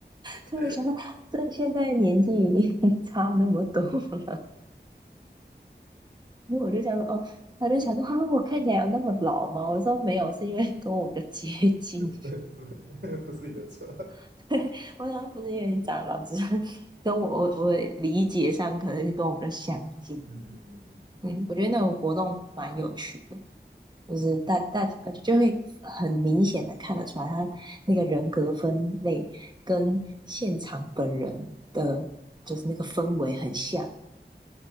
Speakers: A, on the right; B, on the right.
A: 所以我想说，
B: <laughs>
A: 这现在年纪已经 <laughs> 差那么多，<laughs> 所以我就想说，哦，他就想说，哈、我看起来有那么老吗？我说没有，是因为 <laughs> 跟我们的接近，
B: 不不 <laughs> 不是你的错，
A: <laughs> 对，我想不是因为你长老，只是跟我我我理解上可能是跟我们的相近。
B: <laughs> 嗯嗯嗯嗯嗯，
A: 嗯，我觉得那种活动蛮有趣的。就是大大呃就会很明显的看得出来，他那个人格分类跟现场本人的，就是那个氛围很像，